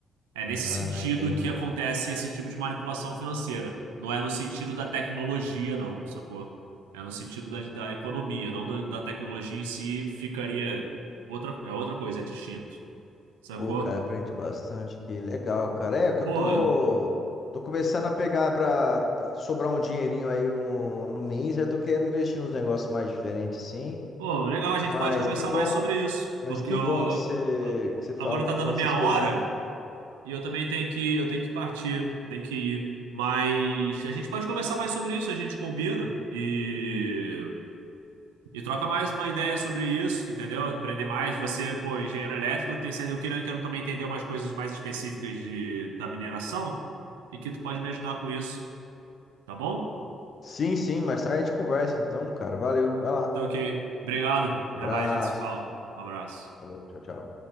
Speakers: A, on the right; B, on the left.
A: É nesse
B: Ah,
A: sentido
B: entendi.
A: que acontece esse tipo de manipulação financeira. Não é no sentido da tecnologia, não, sacou? É no sentido da, da economia, não da, da tecnologia em si, ficaria outra, é outra coisa, é distinto, sacou?
B: Pô, cara, aprendi bastante que legal, cara. É que
A: Pô,
B: eu tô tô começando a pegar pra sobrar um dinheirinho aí no, no mês, aí eu tô querendo investir nos negócios mais diferentes, sim.
A: Pô, legal, a gente
B: Mas
A: pode conversar
B: que bom.
A: mais sobre isso,
B: Mas
A: porque
B: que
A: eu,
B: bom
A: eu-
B: que você que você fala,
A: agora
B: tá
A: tá dando
B: falando
A: minha
B: essas coisas
A: hora
B: aí.
A: e eu também tenho que, eu tenho que partir, tenho que ir. Mas a gente pode conversar mais sobre isso, a gente combina e, e troca mais uma ideia sobre isso, entendeu? Aprender mais. Você, pô, engenheiro elétrico, eu tenho, certeza- eu quero, eu quero também entender umas coisas mais específicas de, da mineração e que tu pode me ajudar com isso, tá bom?
B: Sim, sim, mais tarde a gente conversa então, cara. Valeu, vai lá.
A: Então, ok. Obrigado.
B: Abraço.
A: Até mais, a gente se fala. Um abraço.
B: Falou, tchau, tchau.